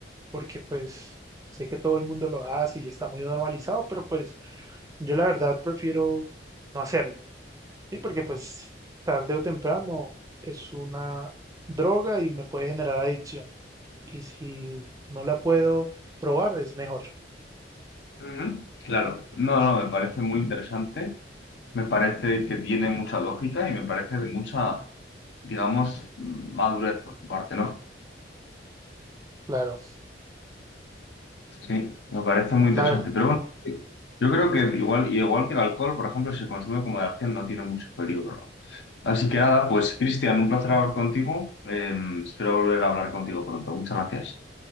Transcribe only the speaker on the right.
porque pues sé que todo el mundo lo hace y está muy normalizado, pero pues yo la verdad prefiero no hacerlo, ¿sí? Porque pues tarde o temprano es una droga y me puede generar adicción. Y si no la puedo probar, es mejor.
Claro.
La
verdad,